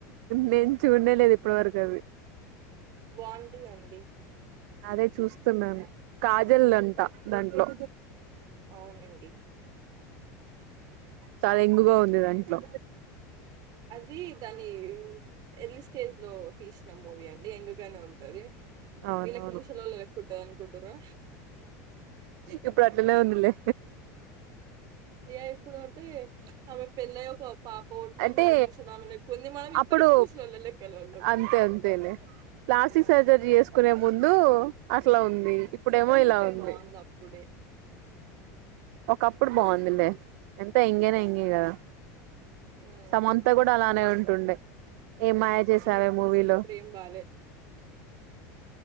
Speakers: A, on the right (about 70°); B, on the right (about 50°).
A: నేను చూడనేలేదు ఇప్పటి వరకు అది
B: బాంటుందండి
A: అదే చూస్తున్నాను కాజల్ అంటా దాంట్లో
B: అవునండి
A: చాలా ఎంగుగా ఉంది దాంట్లో
B: అది దాని ఎర్లీ స్టేజ్ లో తీసిన మూవీ అండి యంగ్ గానే ఉంటది
A: అవునవును
B: వీళ్ళకి ముసలోళ్ళ లెక్క ఉంటది అనుకుంటుర్రా
A: ఇప్పుడు అట్లనే ఉందిలే
B: ఏ ఇప్పుడు అంటే అమె పెళ్లయి ఒక పాప పుట్టినంక
A: అంటే
B: ముసలామె లెక్క ఉంది మనం ఇప్పటికీ
A: అప్పుడు
B: ముసలోళ్ళ లెక్కనే ఉన్నం
A: అంతే అంతేలే ప్లాస్టిక్ సర్జరీ చేసు కునే ముందు అట్లా ఉంది ఇప్పుడేమో ఇలా
B: కానీ
A: ఉంది
B: బాగుంది అప్పుడే
A: ఒకప్పుడు బాగుందిలే ఎంత ఎంగేనా
B: మ్మ్
A: ఎంగే కదా
B: మ్మ్
A: సమంతా కూడా అలానే ఉంటుండ ఏ మాయ చేసావే
B: ఛీ
A: మూవీలో
B: అసలు ఇప్పుడు ఏం బాలే